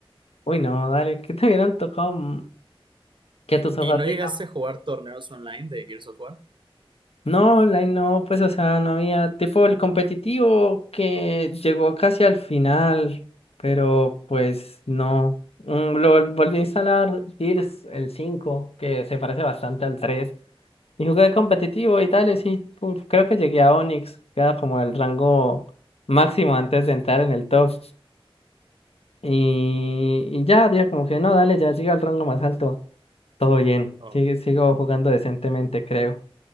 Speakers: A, on the left; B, on the right.
A: Uy, no, dale, ¿qué te hubieran tocado? mm, Que tus
B: ¿Y,
A: sofás
B: y no
A: digan.
B: llegaste a jugar torneos online de Gears of War?
A: No, online no, pues, o sea, no había. Tipo el competitivo que llegó casi al final, pero pues no. Mm, Lo vol- volví a instalar Gears, el 5 que se parece bastante al tres Y jugué competitivo y tal, y sí, pu- creo que llegué a Onyx, que era como el rango máximo antes de entrar en el top. Y, y ya, dije como que no, dale, ya llegué al rango más alto. Todo bien,
B: Oh.
A: sigue- sigo jugando decentemente, creo.